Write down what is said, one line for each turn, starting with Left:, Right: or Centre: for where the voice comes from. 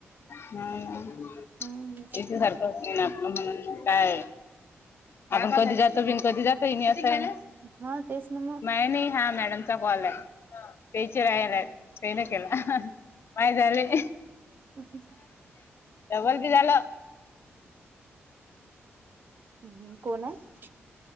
Left: हम त्याच्या
Right: हम्म
Left: सारखं अस ना आपलं म्हणून काय आपण कधी जातो बिन कधी जातोय म असं आहे ना
Right: हा तेच ना
Left: मा नाही हा मॅडम कॉल आहे तेचे रालाय ते न केला माय झाले
Right: होती
Left: एवढे की झाल
Right: हम् कोण आहे.